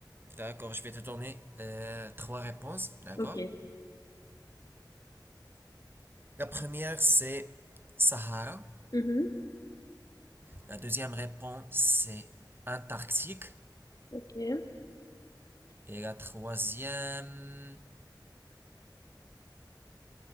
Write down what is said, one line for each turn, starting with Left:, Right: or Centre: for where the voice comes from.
Right: D'accord, je vais te donner euh, trois réponses, d'accord?
Left: Ok.
Right: La première, c'est Sahara.
Left: Mhm.
Right: La deuxième réponse, c'est Antarctique.
Left: Ok.
Right: Et la troisième,